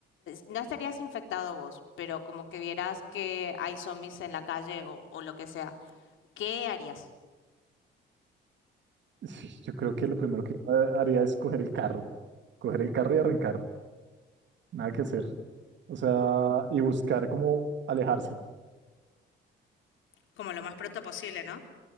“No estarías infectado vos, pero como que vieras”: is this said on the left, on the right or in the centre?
Left